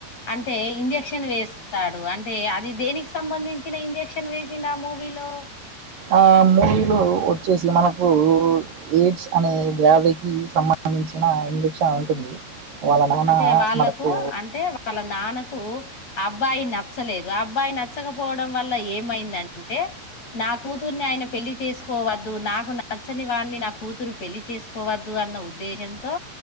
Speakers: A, on the left; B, on the right.
A: అంటే ఇంజక్షన్ వేస్తాడు. అంటే అది దేనికి సంబంధించిన ఇంజక్షన్ వేసిండు ఆ మూవీలో
B: ఆ మూవీలు వచ్చేసి మనకు కు ఎయిడ్స్ అనే వ్యాధికి సంబంధించిన ఇంజక్షన్ ఉంటుంది వాళ్ళ నాన్న
A: అంటే వాళ్ళకు
B: మనకు
A: అంటే వాళ్ళ నాన్నకు కు అబ్బాయి నచ్చలేదు అబ్బాయి నచ్చకపోవడం వల్ల ఏమైందంటే నా కూతుర్ని ఆయన పెళ్లి చేసుకోవద్దు నాకు నచ్చని వాడిని నా కూతురు పెళ్లి చేసుకోవద్దు అన్న ఉద్దేశంతో